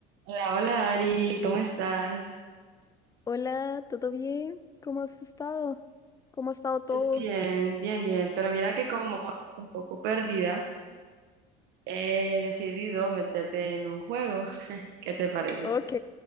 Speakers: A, on the right (about 70°); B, on the left (about 20°).
A: Hola, hola Ari, ¿cómo estás?
B: Hola, ¿todo bien? ¿Cómo has estado? ¿Cómo ha estado todo?
A: Pues Bien, bien, bien. Pero mira que como estoy un poco perdida, he decidido meterte en un juego. <laughs> ¿Qué te parece?
B: Ok,